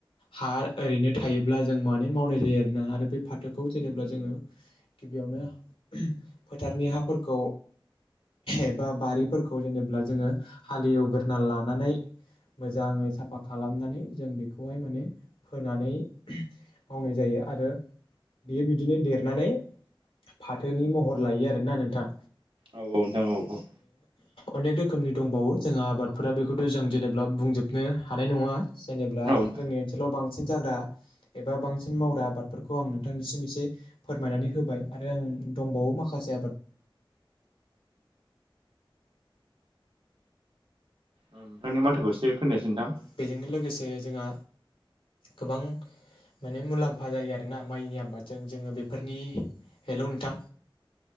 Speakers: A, on the left; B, on the right.
A: हा ओरैनो थायोब्ला जों माने मावनाय जायो आरोना आरो बे फाथोखौ जेनेबा जोङो गिबियावनो फोथारनि हाफोरखौ एबा बारिफोरखौ जेनेबा जोङो हालेवग्रा लानानै मोजाङै साफा खालामनानै जों बेखौहाय माने फोनानै मावनाय जायो आरो बेयो बिदि बिदिनो देरनानै फाथोनि महर लायो आरोना नोंथा
B: औ औ नोंथां औ औ
A: अनेक रोखोमनि दंबावो जोंहा आबादफोरा बेखौथ' जों जेनेबा बुंजोबनो हानाय नङा जेनेब्ला
B: औ नोंथां
A: जोंनि ओनसोलाव बांसिन बांसिन जाग्रा एबा बांसिन मावग्रा आबादफोरखौ आं नोंथांनिसिम एसे फोरमायनानै होबाय आरो आं दंबावो माखासे आबाद
B: नोंथांनि माथोखौ एसे खोन्नायासै नोंथां
A: बेजोंनो लोगोसे जोंहा गोबां माने मुलाम्फा जायो आरोना माइनि आबादजों जोङो बेफोरनि हेल' नोंथां